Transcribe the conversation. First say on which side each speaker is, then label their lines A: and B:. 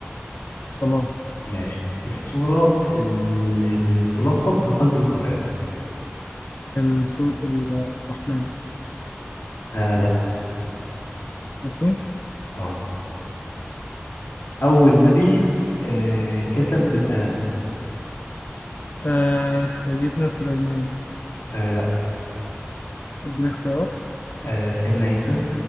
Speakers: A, on the left (about 45°); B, on the left (about 70°).
A: الصلاه
B: ماشي السورة اللي بتلقب بقلب القرآن
A: ال- سوره ال- الرحمن
B: آه لا
A: ياسين
B: اه أول نبي
A: ماشي
B: آه كتب بالقلم
A: آه سيدنا سليمان
B: آه لا
A: اديني اختيارات
B: آه سيدنا عيسى